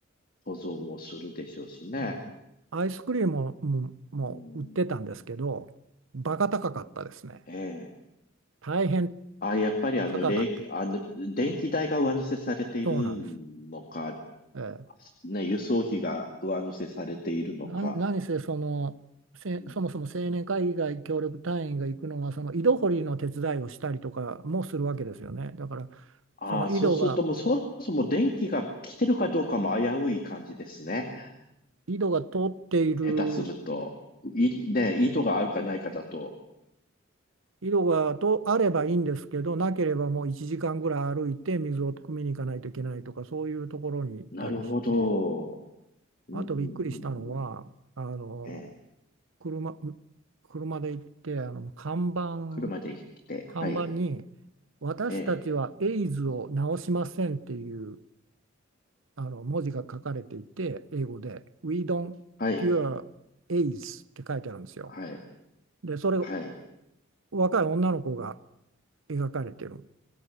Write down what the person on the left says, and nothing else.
保存をするでしょうしね。
うん、
ええ
あ、やっぱりあの、
れい、あの、電気代が上乗せされているのか、
ね、輸送費が上乗せされているのか。
うん
ああ、
そうするともうそもそも電気が来てるかどうかも危うい感じですね。
下手すると。い、ね、意図があるかないかだと。
なるほど。うん、
うん、うん、うん。ええ。
車で行って、
はい。
ええ。
はい。
はい。
はい。